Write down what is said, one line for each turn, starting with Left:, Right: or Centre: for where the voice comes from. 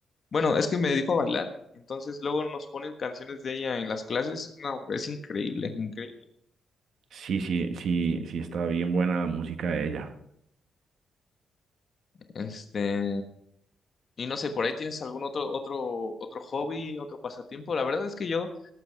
Left: bueno, es que me dedico a bailar, entonces luego nos ponen canciones de ella en las clases, no, hombre, es increíble, increíble.
Right: Sí, sí, sí, sí está bien buena la música de ella.
Left: Este, y no sé, por ahí tienes algún otro, otro, otro hobby, otro pasatiempo. La verdad es que yo